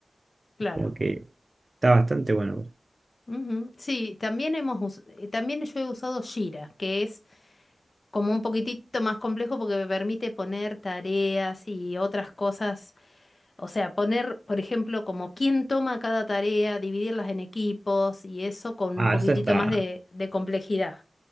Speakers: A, on the left; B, on the right.
A: claro.
B: como que está bastante bueno.
A: Ujú. Sí, también hemos us- eh, también yo he usado Jira, que es como un poquitito más complejo porque me permite poner tareas y otras cosas O sea, poner, por ejemplo, como quién toma cada tarea, dividirlas en equipos y eso con
B: Ah,
A: un poquitito
B: eso está,
A: más de, de complejidad.